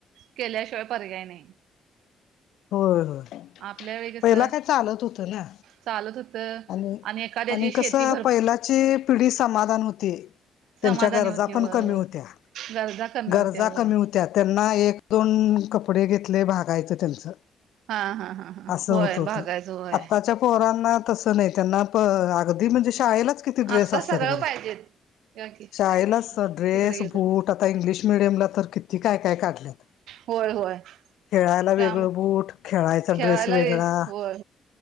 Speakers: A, on the right; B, on the left.
A: केल्याशिवाय पर्याय नाही.
B: होय होय
A: आपल्या वेळी कसं
B: पहिला काय चालत होतं ना.
A: चालत होतं
B: आणि
A: एखाद्याची
B: आणि
A: शेती
B: कसं
A: भर
B: पहिलाची पिढी समाधान होती. त्यांच्या
A: समाधानी
B: गरजा
A: होती होय
B: पण कमी
A: होय
B: होत्या
A: गरजा कमी
B: गरजा
A: होत्या होय
B: कमी होत त्या त्यांना एक दोन कपडे घेतले भागायचं त्यांचं
A: हा हा हा हा
B: असं
A: होय
B: होत होतं.
A: भागायचं होय
B: आताच्या पोरांना पणय त्यांना प अगदी म्हणजे शाळेलाच किती ड्रेस
A: आता
B: असत्यात
A: सगळं
B: बघा.
A: पाहिजेत या की
B: शाळेलाच स ड्रेस,
A: तिकडे गेलं
B: बूट आता इंग्लिश मिडियमला तर किती काय काय काढलेत.
A: होय होय.
B: खेळायला
A: त्यामु
B: वेगळं बूट, खेळायचा
A: खेळायला
B: ड्रेस वेगळा
A: होय